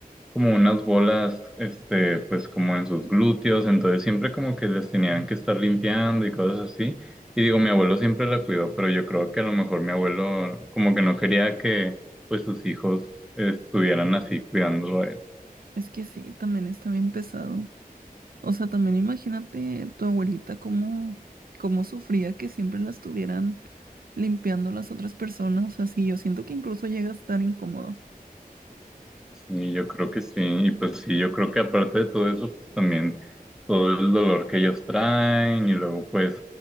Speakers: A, in the centre; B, on the right (about 70°).
A: como unas bolas, este, pues como en sus glúteos, entonces siempre como que les tenían que estar limpiando y cosas así. Y digo, mi abuelo siempre la cuidó, pero yo creo que a lo mejor mi abuelo como que no quería que pues sus hijos estuvieran así cuidándolo a él.
B: Es que sí, también está bien pesado. O sea, también imagínate tu abuelita cómo, cómo sufría que siempre la estuvieran limpiando las otras personas. O sea, sí, yo siento que incluso llega a estar incómodo.
A: Sí, yo creo que sí. Y pues sí, yo creo que aparte de todo eso, pues también todo el dolor que ellos traen y luego pues